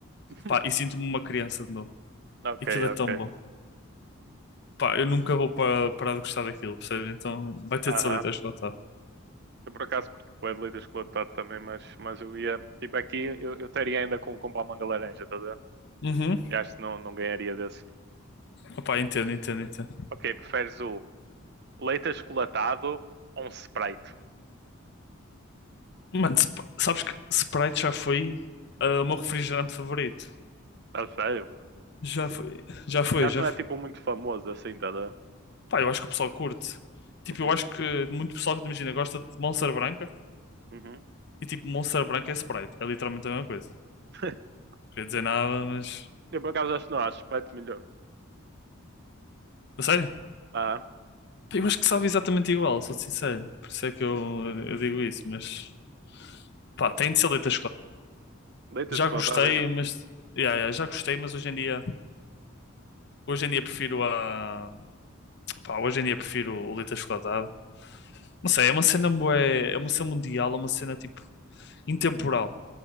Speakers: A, on the right; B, on the left.
A: <laughs>
B: pá, e sinto-me uma criança de novo.
A: Ok,
B: Aquilo é tão
A: ok.
B: bom. Pá, eu nunca vou pa- parar de gostar daquilo, percebes? Então vai ter
A: Aham.
B: de ser leite achocolatado.
A: Eu por acaso curto bué de leite achocolatado também, mas, mas eu ia. Tipo, aqui eu, eu estaria ainda com, com palmanga laranja, tá a ver?
B: Uhum.
A: Eu acho que não, não ganharia desse.
B: Opá, entendo, entendo, entendo.
A: Ok, preferes o leite achocolatado ou um Sprite?
B: Mano, Sp- sabes que Sprite já foi ah, o meu refrigerante favorito.
A: A sério?
B: Já foi, já foi,
A: Eu acho
B: já
A: que não
B: foi.
A: é tipo muito famoso assim, tá a ver?
B: Pá, eu acho que o pessoal curte. Tipo,
A: Uhum.
B: eu acho que muito pessoal que imagina gosta de Monster Branca
A: Uhum.
B: e tipo, Monster Branca é Sprite. É literalmente a mesma coisa. Não
A: <laughs>
B: queria dizer nada, mas.
A: Eu por acaso acho que não, acho Sprite melhor.
B: A sério?
A: Ah,
B: Pá, Eu acho que sabe exatamente igual, sou sincero. Por isso é que eu, eu digo isso, mas. Pá, tem de ser leite
A: leite
B: Já
A: achocolatado
B: gostei,
A: ainda.
B: mas yeah, yeah, já gostei, mas hoje em dia, hoje em dia prefiro a pá, hoje em dia prefiro o leite achocolatado. Não sei, é uma cena bué, é uma cena mundial, é uma cena tipo intemporal.
A: Hum,